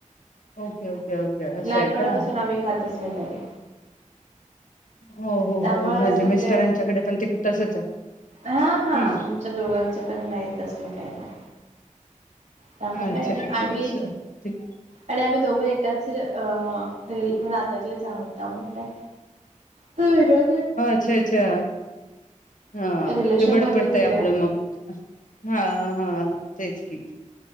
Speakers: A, on the left; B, on the right.
A: ओके ओके ओके असं
B: लहानपणापासून
A: आहे का?
B: आम्ही खातच नाही कधी
A: हो हो
B: त्यामुळे
A: हो म्हणजे
B: असं
A: मिस्टरांच्याकडे
B: का
A: पण ते तसच आहे
B: हा हा
A: हम्म
B: आमच्या दोघांचं पण नाही असलं काही नाही त्यामुळे
A: अच्छा
B: काय नाही
A: अच्छा
B: आम्ही
A: अच्छा. ठीक.
B: आणि आम्ही दोघं एकाच अ नातातलेच आहोत त्यामुळे काय ते वेगळ
A: ह अच्छा अच्छा हा
B: रिलेशन
A: ते बर
B: मध्ये
A: पडतय
B: दिलंय
A: आपलं मग हा हा हा तेच की